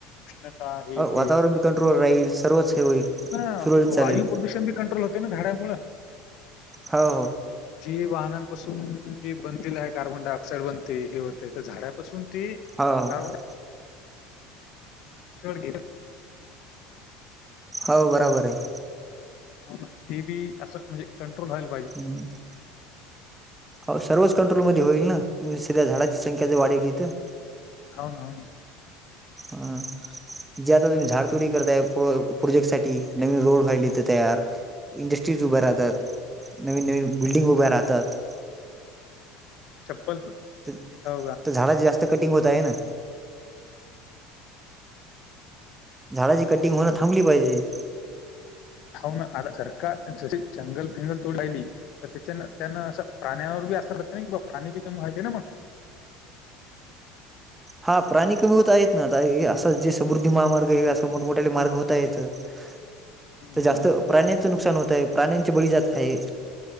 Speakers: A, on the left (about 60°); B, on the right (about 15°).
A: उष्णता हे ते,
B: वातावरण बी कंट्रोल राहील सर्वच हे होईल.
A: हा
B: सुरळीत चालेल
A: वायू प्रदूषण बी कंट्रोल होत त ना झाडामुळ.
B: हो!
A: जी वाहनांपासून जी बनलेल आहे कार्बन डाय ऑक्साइड बनते हे होते तर झाडापासून ते
B: हो
A: कार्बन डाय घेत
B: हाव बराबर आहे.
A: होंना तेबी असं म्हणजे कंट्रोल व्हाला
B: <unintelligible> हो सर्वच कंट्रोल मध्ये होईल ना तुम्ही सीधा झाडाची संख्या ज वाढवली त.
A: हाव ना हाव ना!
B: ह जे आता तुम्ही झाड तोडी करताय प्रोजेक्ट साठी नवीन रोड व्हायलेत
A: हं.
B: तयार इंडस्ट्रीज उभ राहतात, नवीन नवीन बिल्डिंग उभ्या राहतात.
A: चप्पल
B: तर
A: हो का?
B: झाडाची जास्त कटिंग होत आहे नां. झाडाची कटिंग होण थांबली पाहिजे.
A: हौंना आता सरकार जशी जंगल फिंगल तोडी राहिली. तर त्याच्यांन त्यान असं प्राण्यावर बी असर होतेयं नीबां प्राणी बी कमी व्हायलेना मग.
B: हां प्राणी कमी होत आहेत नां आता असा जे समृद्धी महामार्ग हे असा मोठमठ्यांले मार्ग होत आहेत. तर
A: हं, हं,
B: जास्त
A: हं.
B: प्राण्यांचं नुकसान होत आहे प्राण्यांचे बळी जात आहेत.